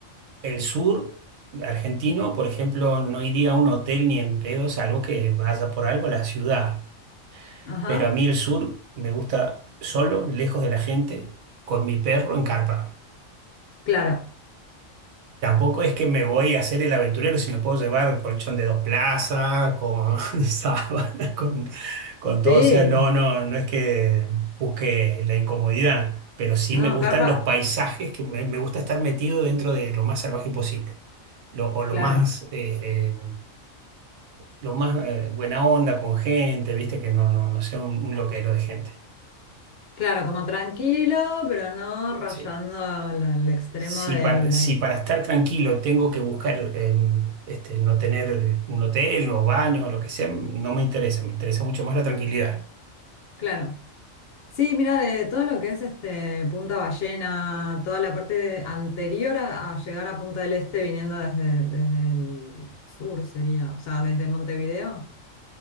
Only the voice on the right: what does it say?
el sur argentino, por ejemplo, no iría a un hotel ni en pedo, salvo que vaya por algo a la ciudad.
Pero a mí el sur me gusta solo, lejos de la gente, con mi perro en carpa.
Tampoco es que me voy a hacer el aventurero si me puedo llevar colchón de dos plazas, con <laughs> sábana, con, con todo.
O sea, no, no, no es que busque la incomodidad, pero sí
me gustan
los paisajes, que me, me gusta estar metido dentro de lo más salvaje posible. Lo, o lo
más, eh, eh, lo más eh, buena onda con gente, viste, que no, no, no sea un, un loquero de gente.
Sí.
Si
para, si para estar tranquilo tengo que buscar eh, este, no tener un hotel o baño o lo que sea, no me interesa, me interesa mucho más la tranquilidad.